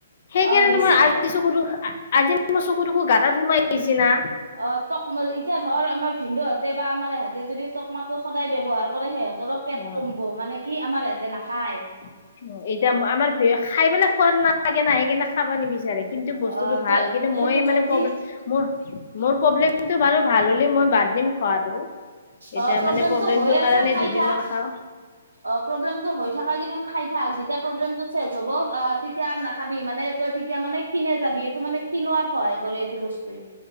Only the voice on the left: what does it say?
সেইকাৰণে
মই আজিছ
আজি। মই চকু তকু গাাত সোমাই আহিছো।
অ
উ এতিয়া আমাৰ খাই পেলাই খোৱাদ নাই। লাগে ন সেই কিনে খাবা নিবিচাৰে কিন্তু বস্তুতটো
ভাল কিন্তু মই
মানে
প্ৰ্লেম মোৰ মোৰ। প্ৰব্লেমটো বাল ভাল হ'লে মই বাদ দিম খোৱাটো। এতিয়া
মানে প্ৰব্লেমটোৰ
কাৰণে
দুদিন
মান খাওঁ।